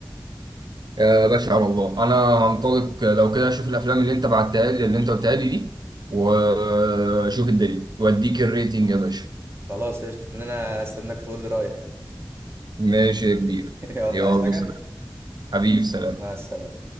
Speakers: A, on the right; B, on the right.
A: <laughs> يا باشا على الله انا هنطلق لو كده اشوف الافلام اللي انت بعتها لي اللي انت قلتها لي دي واشوف الدليل واديك الريتنج يا باشا
B: خلاص قشطة ان انا استناك تقول لي رايك
A: ماشي يا كبير
B: <laughs> يلا
A: يلا
B: عايز حاجة
A: سلام حبيبي سلام
B: مع السلامة